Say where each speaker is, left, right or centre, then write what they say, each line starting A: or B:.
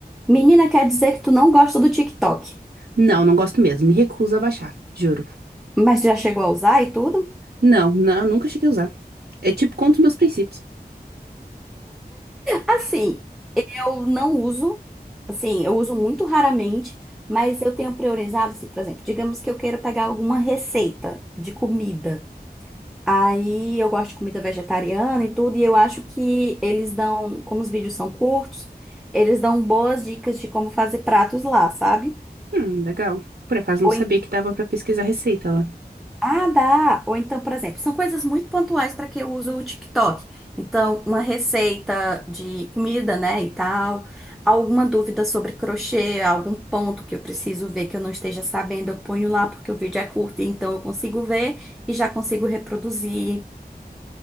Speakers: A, in the centre; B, on the right.
A: Menina, quer dizer que tu não gosta do TikTok,
B: Não, não gosto mesmo. Me recuso a baixar, juro.
A: mas já chegou a usar e tudo?
B: Não, não, nunca cheguei a usar. É tipo contra os meus princípios.
A: Assim, eu não uso, assim, eu uso muito raramente, mas eu tenho priorizado, assim, por exemplo, digamos que eu queira pegar alguma receita de comida. Aí eu gosto de comida vegetariana e tudo, e eu acho que eles dão, como os vídeos são curtos, eles dão boas dicas de como fazer pratos lá, sabe?
B: Hum, legal. Por acaso não
A: Ou
B: sabia que dava pra pesquisar receita lá.
A: Ah, dá. Ou então, por exemplo, são coisas muito pontuais para que eu uso o TikTok. Então, uma receita de comida, né, e tal, alguma dúvida sobre crochê, algum ponto que eu preciso ver que eu não esteja sabendo, eu ponho lá porque o vídeo é curto, então eu consigo ver e já consigo reproduzir.